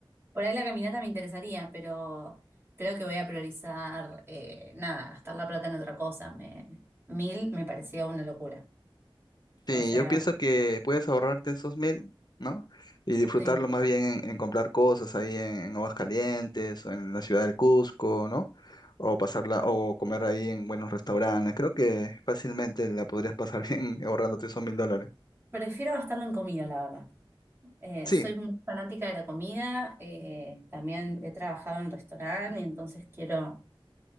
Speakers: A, on the right; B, on the left.
A: por ahí la caminata me interesaría, pero creo que voy a priorizar, eh, nada, gastar la plata en otra cosa. Me, mil me parecía una locura.
B: Sí,
A: O sea,
B: yo pienso que puedes ahorrarte esos mil, ¿no? Y disfrutarlo
A: sí.
B: más bien en, en comprar cosas ahí en, Aguascalientes o en la ciudad del Cusco, ¿no? O pasarla, o comer ahí en buenos restaurantes. Creo que fácilmente la podrías pasar <laughs> bien ahorrándote esos mil dólares.
A: Prefiero gastarlo en comida, la verdad. Eh,
B: Sí,
A: soy muy fanática de la comida, eh, también he trabajado en restaurante, entonces quiero